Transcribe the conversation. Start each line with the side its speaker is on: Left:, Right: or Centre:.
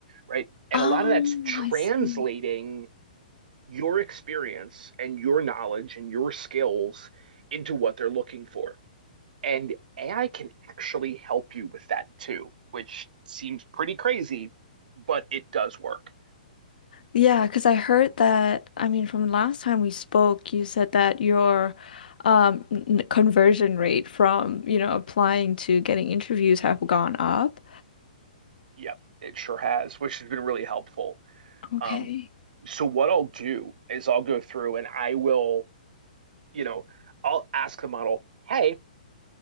Right: right? And
Left: Oh,
Right: a lot of that's translating
Left: I see.
Right: your experience and your knowledge and your skills into what they're looking for. And AI can actually help you with that too, which seems pretty crazy, but it does work.
Left: Yeah, because I heard that, I mean, from last time we spoke, you said that your um, n- conversion rate from, you know, applying to getting interviews have gone up.
Right: Yep, it sure has, which has been really helpful.
Left: Okay.
Right: Um, so what I'll do is I'll go through and I will you know, I'll ask the model, hey,